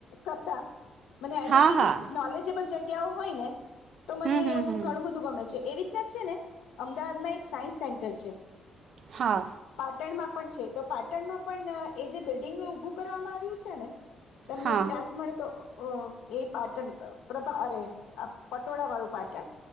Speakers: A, on the left; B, on the right.
A: કરતા મને આવી
B: હા
A: બધી
B: હા
A: મીન્સ નોલેજબલ જગ્ ગ્યાં હોય ને તો મને
B: હમ હમ
A: એવું
B: હમ
A: ઘણું બધું ગમે છે એવી છે ને અમદાવાદમાં એક સાયન્સ સેન્ટર છે.
B: હા
A: પાટણમાં પણ છે તો પાટણમાં પણ એ જે બિલ્ડિંગ ઉભું કરવામાં આવ્યું છે ને તમને
B: હા
A: ચાન્સ મળે તો એ પાટણ પ્રભા અરે આ પટોળા વાળું પાટણ.